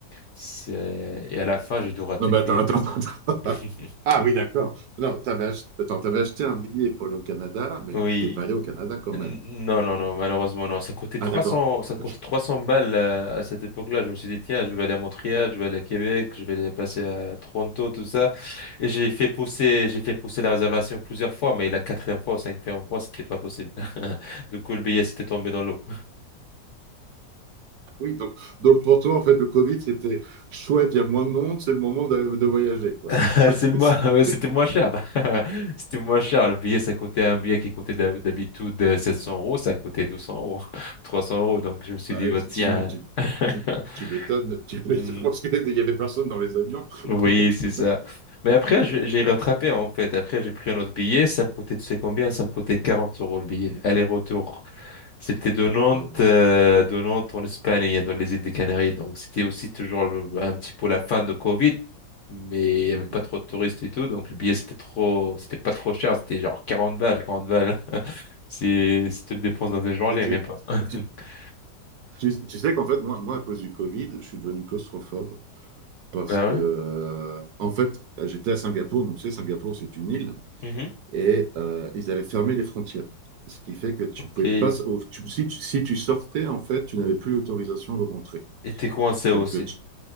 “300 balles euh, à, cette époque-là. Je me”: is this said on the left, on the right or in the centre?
Left